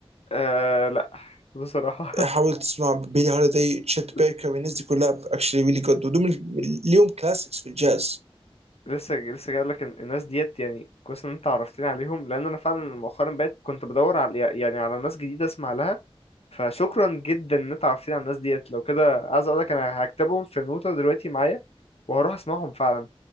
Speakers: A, on the left; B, on the right.
A: آه لا بصراحة
B: حاول تسمع بيلي هوليداي تشيت
A: <laughs>
B: بيكر الناس دي كلها اكشلي ريلي جود ودول من- ليهم كلاسيكس في الجاز
A: لسه لسه جاي لك الناس ديت يعني كويس ان انت عرفتني عليهم لان انا فعلا مؤخرا بقيت كنت بدور على يعني على ناس جديده اسمع لها فشكرا جدا ان انت عرفتني على الناس ديت لو كده عايز اقول لك انا هكتبهم في نوتة دلوقتي معايا وهروح اسمعهم فعلا